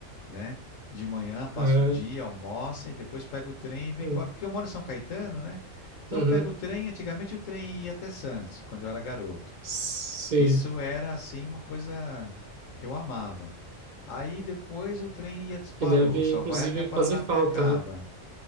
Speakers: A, on the left (about 80°); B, on the right (about 45°).
A: né? De manhã, passa
B: É,
A: o dia, almoça e depois pega o trem e vem
B: é.
A: embora. Porque eu moro em São Caetano, né? Então
B: Uhum.
A: eu pego o trem, antigamente o trem ia até Santos, quando eu era garoto.
B: Sim.
A: Isso era, assim, uma coisa que eu amava. Aí depois o trem ia,
B: Que
A: parou,
B: deve,
A: só
B: inclusive,
A: vai até Paranapiacaba.
B: fazer falta, né?